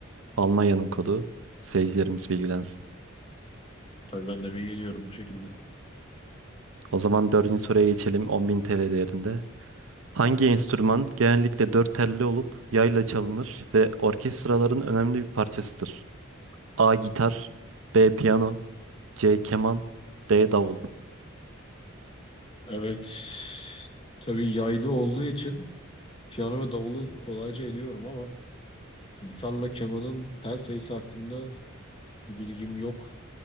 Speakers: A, on the right; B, on the left.
A: Almanya'nın kodu. Seyircilerimiz bilgilensin.
B: Tabii ben de bir geliyorum bu şekilde.
A: O zaman dördüncü soruya geçelim 10.000 TL değerinde. Hangi enstrüman genellikle dört telli olup yayla çalınır ve orkestraların önemli bir parçasıdır? A. Gitar B. Piyano C. Keman D. Davul
B: Evet. Tabii yaylı olduğu için piyano ve davulu kolayca eliyorum ama gitarla kemanın tel sayısı hakkında bir bilgim yok.